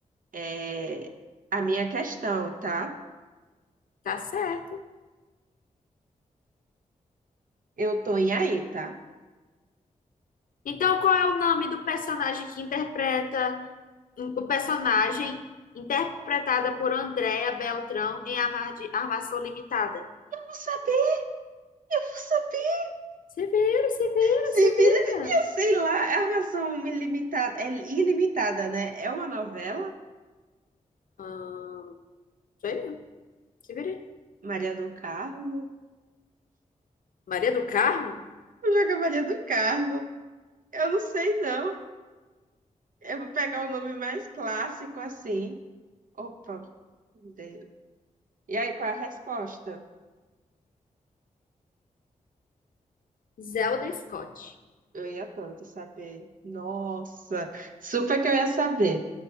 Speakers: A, on the right; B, on the left.
A: é, a minha questão, tá?
B: Tá certo.
A: Eu tô em aí, tá?
B: Então, qual é o nome do personagem que interpreta o personagem interpretada por Andréa Beltrão em Arma- de- Armação Limitada.
A: Eu vou saber, eu vou saber.
B: Severa, Severa,
A: Se
B: Severa.
A: vira, eu sei lá, é armação ilimitada, é ilimitada, né? É uma novela?
B: Ah, sei não. Se virei.
A: Maria do Carmo?
B: Maria do Carmo?
A: Vou jogar Maria do Carmo. Eu não sei, não. Eu vou pegar o nome mais clássico assim. Opa, dei. E aí, qual é a resposta?
B: Zelda Scott.
A: Eu ia tanto saber. Nossa, super que eu ia saber.